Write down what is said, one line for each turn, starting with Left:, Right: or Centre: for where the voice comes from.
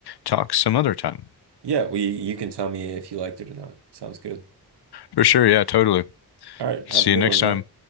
Left: talk some other time?
Right: Yeah, we you can tell me if you liked it or not. Sounds good.
Left: For sure, yeah, totally.
Right: All right, have
Left: See
Right: a good
Left: you next
Right: one, man.
Left: time.